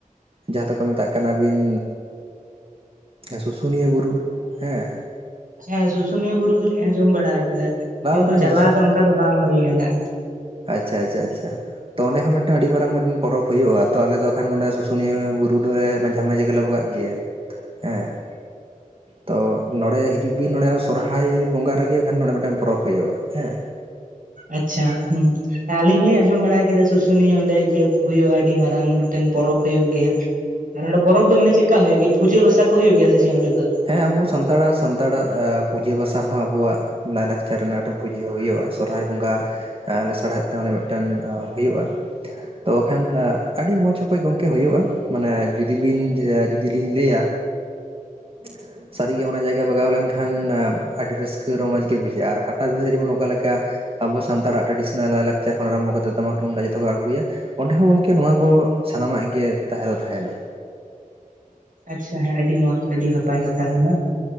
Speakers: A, on the right; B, on the right.
A: ᱡᱟᱦᱟᱸ ᱫᱚᱠᱚ ᱢᱮᱛᱟᱜ ᱠᱟᱱᱟᱵᱤᱱ ᱥᱩᱥᱩᱱᱤᱭᱟᱹ ᱵᱩᱨᱩ ᱦᱮᱸ᱾
B: ᱦᱮᱸ ᱥᱩᱥᱩᱱᱤᱭᱟᱹ ᱵᱩᱨᱩ ᱫᱚᱞᱤᱧ ᱟᱸᱡᱚᱢ ᱵᱟᱲᱟ ᱠᱮᱫᱟ ᱠᱤᱱᱛᱩ
A: ᱠᱟᱱᱟ
B: ᱪᱟᱞᱟᱣ
A: ᱵᱤᱱ
B: ᱫᱚ ᱚᱝᱠᱟ ᱫᱚ ᱵᱟᱝ ᱦᱩᱭ ᱟᱠᱟᱱᱟ᱾
A: ᱟᱪᱷᱟ ᱪᱷᱟ ᱪᱷᱟ ᱛᱚ ᱚᱸᱰᱮ ᱦᱚᱸ ᱢᱤᱫᱴᱮᱱ ᱟᱹᱰᱤ ᱢᱟᱨᱟᱝ ᱢᱤᱫᱴᱟᱝ ᱯᱚᱨᱚᱵᱽ ᱦᱩᱭᱩᱜᱼᱟ, ᱛᱚ ᱟᱞᱮ ᱮᱠᱷᱟᱱ ᱱᱚᱰᱮ ᱥᱩᱥᱩᱱᱤᱭᱟᱹ ᱵᱩᱨᱩ ᱫᱚ ᱢᱟᱡᱷᱮ ᱢᱟᱡᱷᱮ ᱜᱮᱞᱮ ᱵᱟᱜᱟᱜᱼᱟ᱾ ᱜᱮᱭᱟ ᱦᱮᱸ ᱛᱚ ᱱᱚᱸᱰᱮ ᱦᱤᱡᱩᱜ ᱵᱤᱱ ᱱᱚᱸᱰᱮ ᱥᱚᱨᱦᱟᱭ ᱵᱚᱸᱜᱟ ᱨᱮᱜᱮ ᱠᱷᱟᱱ ᱱᱚᱸᱰᱮ ᱢᱤᱫᱴᱮᱱ ᱯᱚᱨᱚᱵᱽ ᱦᱩᱭᱩᱜᱼᱟ ᱦᱮᱸ᱾
B: ᱟᱪᱷᱟ ᱩᱸ᱾ ᱟᱞᱤᱧ ᱦᱚᱞᱤᱧ ᱟᱸᱡᱚᱢ ᱵᱟᱲᱟ ᱠᱮᱫᱟ ᱥᱩᱥᱩᱱᱤᱭᱟᱹ ᱚᱸᱰᱮ ᱤᱭᱟᱹ ᱦᱩᱭᱩᱜᱼᱟ ᱟᱹᱰᱤ ᱢᱟᱨᱟᱝ ᱢᱤᱫᱴᱮᱱ ᱯᱚᱨᱚᱵᱽ ᱦᱩᱭᱩᱜ ᱜᱮᱭᱟ᱾ ᱟᱨ ᱚᱸᱰᱮ ᱯᱚᱨᱚᱵ ᱫᱚ ᱢᱟᱱᱮ ᱪᱮᱜᱽᱠᱟ ᱦᱩᱭᱩᱜ ᱜᱮᱭᱟ ᱯᱩᱡᱟᱹ ᱵᱟᱥᱟ ᱠᱚ ᱦᱩᱭᱩᱜ ᱜᱮᱭᱟ ᱥᱮ ᱪᱮᱫ ᱚᱸᱰᱮ ᱫᱚ?
A: ᱦᱮᱸ ᱟᱵᱚ ᱥᱟᱱᱛᱟᱲᱟᱜ ᱥᱟᱱᱛᱟᱲᱟᱜ ᱯᱩᱡᱟᱹ ᱵᱟᱥᱟ ᱦᱚᱸ ᱟᱵᱚᱣᱟᱜ ᱞᱟᱭᱼᱞᱟᱠᱪᱟᱨ ᱨᱮᱱᱟᱜᱴᱮᱱ ᱯᱩᱡᱷᱟᱹᱣ ᱦᱩᱭᱩᱜᱼᱟ ᱥᱚᱦᱚᱨᱟᱭ ᱵᱚᱸᱜᱟ ᱞᱟᱥᱟᱲᱦᱮᱫ ᱛᱮ ᱢᱤᱫᱴᱮᱱ ᱦᱩᱭᱩᱜᱼᱟ᱾ ᱛᱚ ᱠᱷᱟᱱ ᱟᱹᱰᱤ ᱢᱚᱡᱽ ᱚᱠᱚᱭ ᱜᱚᱢᱠᱮ ᱦᱩᱭᱩᱜᱼᱟ ᱢᱟᱱᱮ ᱡᱩᱫᱤ ᱵᱤᱱ ᱡᱩᱫᱤ ᱞᱤᱧ ᱞᱟᱹᱭᱟ᱾ <inaudible> ᱥᱟᱹᱨᱤᱜᱮ ᱚᱱᱟ ᱡᱟᱭᱜᱟ ᱵᱟᱜᱟᱣ ᱞᱮᱱᱠᱷᱟᱱ ᱟᱹᱰᱤ ᱨᱟᱹᱥᱠᱟᱹ ᱨᱚᱢᱚᱡᱽᱜ ᱜᱮ ᱵᱩᱡᱷᱟᱹᱜᱼᱟ, ᱟᱨ ᱯᱟᱴᱟᱵᱤᱫᱟᱹ ᱨᱮ ᱡᱮᱢᱚᱱ ᱚᱠᱟ ᱞᱮᱠᱟ ᱟᱵᱚ ᱥᱟᱱᱛᱟᱲᱟᱜ ᱴᱨᱟᱰᱤᱥᱱᱚᱞ ᱞᱟᱭ ᱞᱟᱠᱪᱟᱨ ᱠᱷᱚᱱ ᱟᱨᱟᱢᱵᱷᱚ ᱠᱟᱛᱮ ᱴᱟᱢᱟᱠ ᱛᱩᱢᱫᱟᱜ ᱡᱷᱚᱛᱚ ᱠᱚ ᱟᱹᱜᱩᱭᱟ, ᱚᱸᱰᱮ ᱦᱚᱸ ᱜᱚᱢᱠᱮ ᱱᱚᱣᱟ ᱠᱚ ᱥᱟᱱᱟᱢᱟᱜ ᱜᱮ ᱛᱟᱦᱮᱸ ᱫᱚ ᱛᱟᱦᱮᱱᱟ᱾
B: ᱟᱪᱷᱟ ᱦᱮᱸ ᱟᱹᱰᱤ ᱢᱚᱸᱡᱽ ᱟᱹᱰᱤ ᱱᱟᱯᱟᱭ ᱠᱟᱛᱷᱟ ᱠᱟᱱᱟ᱾